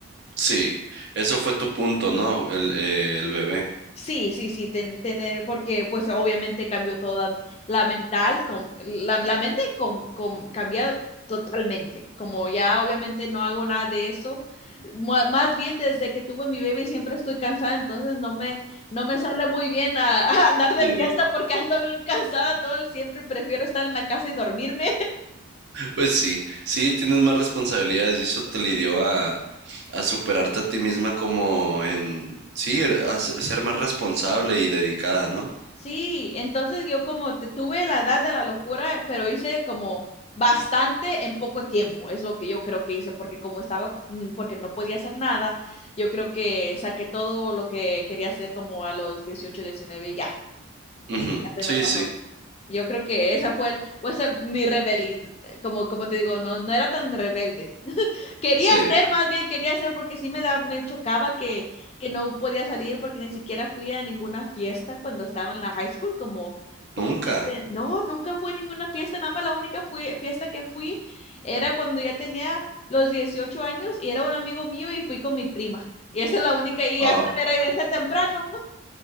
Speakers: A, on the right (about 55°); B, on the left (about 30°).
A: sí. Eso fue tu punto, ¿no? El, eh, el bebé.
B: Sí, sí, sí, ten- tener, porque pues obviamente cambió toda la mental, com- la, la mente com, com- cambia totalmente, como ya obviamente no hago nada de eso, mu- más bien desde que tuve mi baby siempre estoy cansada, entonces no me, no me sale muy bien a, <laughs> a andar de
A: Sí.
B: fiesta porque ando bien cansada todo el siempre, prefiero estar en la casa y dormirme
A: Pues sí. Sí, tienes más responsabilidades y eso te lidió a, a superarte a ti misma como en... Sí, a ser ser más responsable y dedicada, ¿no?
B: Sí, entonces yo como te- tuve la edad de la locura, pero hice como bastante en poco tiempo, es lo que yo creo que hice, porque como estaba, co- mm, porque no podía hacer nada, yo creo que saqué todo lo que quería hacer como a los 18, 19 y ya,
A: Ujú,
B: ya se
A: Sí,
B: me pasó.
A: sí.
B: Yo creo que esa fue el, fue esa mi rebelión, como, como te digo, no, no era tan rebelde, quería
A: Sí.
B: hacer, más bien quería hacer, porque sí me, da, me chocaba que, que no podía salir porque ni siquiera fui a ninguna fiesta cuando estaba en la high school, como, como
A: Nunca.
B: que te- no, nunca fui a ninguna fiesta, nada más la única fui- fiesta que fui era cuando ya tenía los 18 años y era un amigo mío y fui con mi prima. Y esa es la única, y
A: Ah,
B: hasta me regresé temprano.